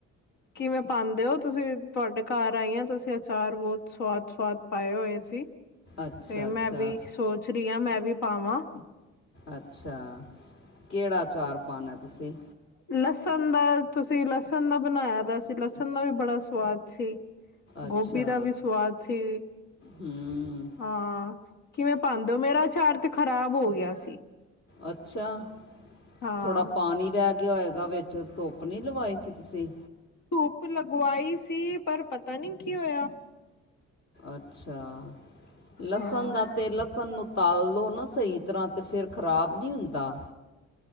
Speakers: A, on the left (about 80°); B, on the left (about 60°).
A: ਕਿਵੇਂ ਪਾਉਂਦੇ ਹੋ? ਤੁਸੀਂ, ਤੁਹਾਡੇ ਘਰ ਆਈ ਆ ਤੁਸੀਂ ਅਚਾਰ ਬਹੁਤ ਸਵਾਦ-ਸਵਾਦ ਪਾਏ ਹੋਏ ਸੀ,
B: ਅੱਛਾ
A: ਤੇ
B: ਅੱਛਾ
A: ਮੈਂ ਵੀ ਸੋਚ ਰੀ ਆ ਮੈ ਵੀ ਪਾਵਾ।
B: ਅੱਛਾ, ਕਿਹੜਾ ਅਚਾਰ ਪਾਨਾ ਤੁਸੀਂ?
A: ਲਸਣ ਦਾ, ਤੁਸੀਂ ਲਸਣ ਦਾ ਬਣਾਇਆ ਦਾ ਸੀ, ਲਸਣ ਦਾ ਵੀ ਬੜਾ ਸਵਾਦ ਸੀ।
B: ਅੱਛਾ
A: ਗੋਭੀ ਦਾ ਵੀ ਸਵਾਦ ਸੀ।
B: ਹੂੰ
A: ਹਾਂ, ਕਿਵੇਂ ਪਾਉਂਦੇ ਹੋ? ਮੇਰਾ ਅਚਾਰ ਤੇ ਖ਼ਰਾਬ ਹੋ ਗਿਆ ਸੀ।
B: ਅੱਛਾ,
A: ਹਾਂ
B: ਥੋੜਾ ਪਾਣੀ ਰਹਿ ਗਿ ਗਿਆ ਹੋਏਗਾ ਵਿੱਚ, ਧੁੱਪ ਨੀ ਲਵਾਈ ਸੀ ਤੁਸੀਂ?
A: ਧੂੱਪ ਲਗਵਾਈ ਸੀ, ਪਰ ਪਤਾ ਨੀ ਕੀ ਹੋਇਆ।
B: ਅੱਛਾ, ਲਸਣ
A: ਹਾਂ
B: ਦਾ ਤੇ ਲਸਣ ਨੂੰ ਤਲ ਲਉ, ਨਾ ਸਹੀ ਤਰ੍ਹਾਂ ਤੇ ਫਿਰ ਖ਼ਰਾਬ ਨਹੀਂ ਹੁੰਦਾ।